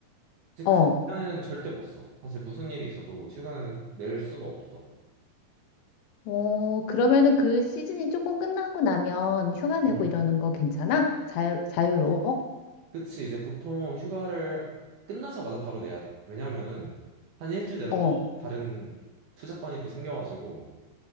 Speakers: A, on the right; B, on the left.
A: 이제 그
B: 어,
A: 기간에는 절대 못 써. 사실 무슨 일이 있어도 휴가는 낼 수가 없어.
B: 어, 그러면은 그 시즌이 조금 끝나고 나면 휴가 내고
A: 음.
B: 이러는 거 괜찮아? 자유, 자유로워?
A: 그치 이제 보통 휴가를 끝나자마자 바로 내야 돼. 왜냐면은 한 일주일 내로
B: 어,
A: 또 다른 투자 건이 또 생겨가지고